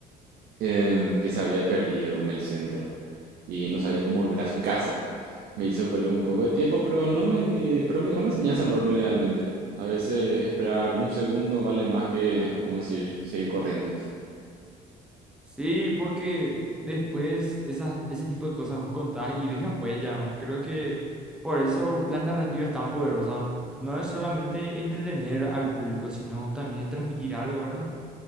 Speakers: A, on the right (about 65°); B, in the centre.
A: em, que se había perdido en el centro y no sabía cómo volver a su casa. Me hizo perder un poco de tiempo, pero no me, pero me dejó una enseñanza enorme realmente. A veces esperar un segundo vale más que, vamos a decir, seguir corriendo.
B: Sí, porque después esas, ese tipo de cosas vos contás y dejan huella. Creo que por eso las narrativas tan poderosas. No es solamente entretener al público, sino también transmitir algo, ¿verdad?